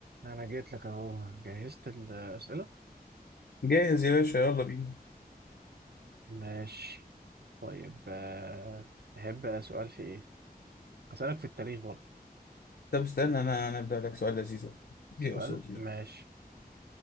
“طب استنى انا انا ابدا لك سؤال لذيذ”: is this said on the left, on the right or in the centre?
Left